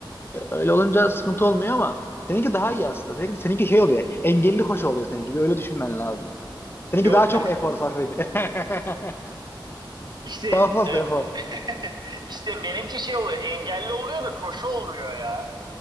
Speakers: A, on the left; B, on the right.
A: E, öyle olunca sıkıntı olmuyor ama seninki daha iyi aslında. Seninki, seninki şey oluyor engelli koşu oluyor seninki. Bir öyle düşünmen lazım. Seninki
B: Yo
A: daha çok efor sarf ediyor. <laughs>
B: <laughs> işte
A: Daha fazla
B: e,
A: efor.
B: <laughs> işte benimki şey oluyor engelli oluyor da koşu olmuyor ya.